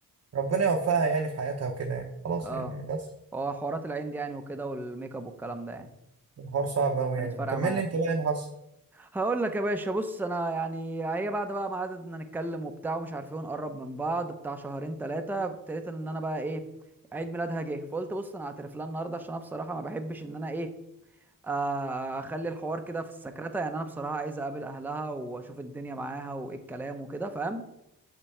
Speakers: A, on the right; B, in the centre.
A: ربنا يوفقها يعني في حياتها وكده يعني خلاص
B: اه
A: يعني بس
B: هو حوارات العين دي يعني وكده والميك اب والكلام ده يعني
A: الحوار صعب أوي
B: كانت
A: يعني
B: فارقة
A: كمل
B: معاك
A: لي أنت بقى إيه اللي حصل
B: هقول لك يا باشا بص انا يعني هي بعد بقى ما قعدنا نتكلم وبتاع ومش عارفين نقرب من بعض بتاع شهرين ثلاثة ابتديت ان انا بقى ايه عيد ميلادها جه فقلت بص انا هعترف لها النهارده عشان انا بصراحة ما بحبش ان انا ايه آه، اخلي الحوار كده في السكرتة يعني انا بصراحة عايز اقابل اهلها واشوف الدنيا معاها وايه الكلام وكده فاهم